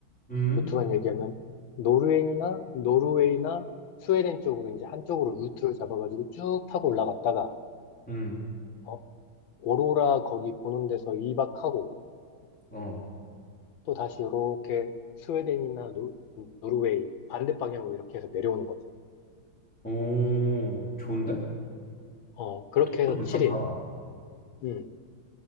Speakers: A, in the centre; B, on the left.
A: 음,
B: 루트만 얘기하면 노르웨이나 노르웨이나 스웨덴 쪽으로 이제 한쪽으로 루트를 잡아가지고 쭉 타고 올라갔다가
A: 음,
B: 어? 오로라 거기 보는 데서 이박하고
A: 어.
B: 또 다시 이렇게 스웨덴이나 노, 노르웨이 반대 방향으로 이렇게 해서 내려오는 거지.
A: 오, 좋은데?
B: 어, 그렇게
A: 독감
B: 해서
A: 괜찮다.
B: 7일. 음,